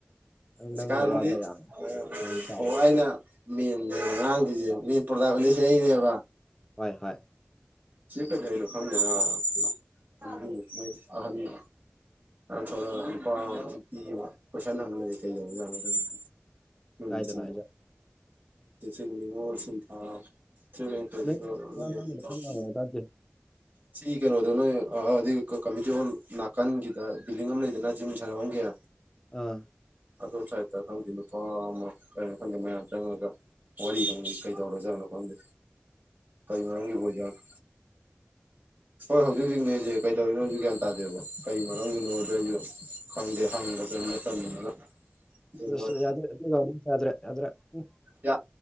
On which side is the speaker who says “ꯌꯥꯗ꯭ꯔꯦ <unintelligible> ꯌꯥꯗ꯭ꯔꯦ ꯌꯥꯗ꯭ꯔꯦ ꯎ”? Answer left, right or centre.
Left